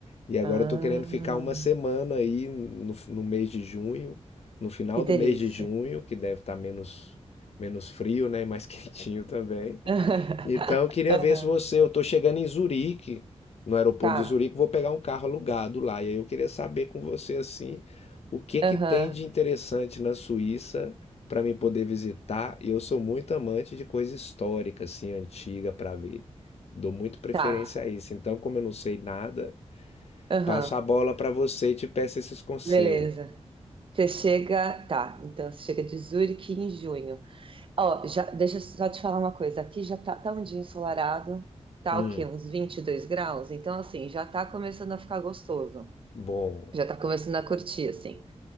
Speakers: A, on the left; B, on the right.
A: E agora
B: Ah,
A: eu tô querendo ficar uma semana aí no, no mês de junho, no final
B: que
A: do
B: delícia.
A: mês de junho, que deve estar menos menos frio, né, e mais <laughs> quentinho também.
B: <laughs>
A: Então eu queria
B: Aham,
A: ver se você, eu tô chegando em Zurique, no aeroporto
B: Tá,
A: de Zurique, vou pegar um carro alugado lá. E aí eu queria saber com você assim, o que que
B: aham,
A: tem de interessante na Suíça para me poder visitar? E eu sou muito amante de coisa histórica assim, antiga para ver. Dou muito preferência
B: tá,
A: a isso. Então, como eu não sei nada,
B: aham,
A: Passo a bola para você e te peço esses conselhos.
B: beleza. Você chega, tá, então você chega de Zurique em junho. Ó, já, deixa eu só te falar uma coisa. Aqui já tá, tá um dia ensolarado, tá
A: Hum,
B: o quê? Uns 22 graus? Então, assim, já tá começando a ficar gostoso.
A: bom.
B: Já tá começando a curtir, assim.